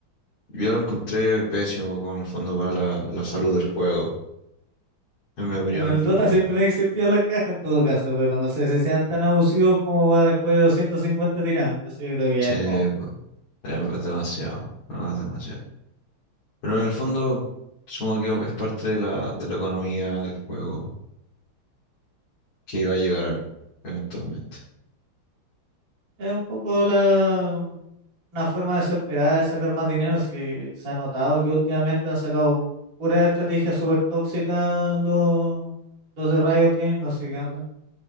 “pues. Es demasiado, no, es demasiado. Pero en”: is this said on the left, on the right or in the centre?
Left